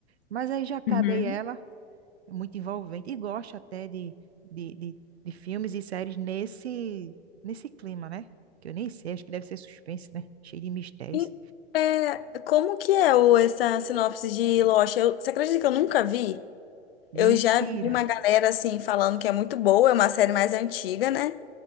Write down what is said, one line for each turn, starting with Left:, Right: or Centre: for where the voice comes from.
Right: Mas aí já acabei
Left: Uhum.
Right: ela, é muito envolvente, e gosto até de, de, de, de filmes e séries nesse, nesse clima, né? Que eu nem sei, acho que deve ser suspense, né? Cheio de mistérios.
Left: E, é, como que é o, essa sinopse de Lost? Eu, você acredita que eu nunca vi? Eu
Right: Mentira!
Left: já vi uma galera assim falando que é muito boa, é uma série mais antiga, né?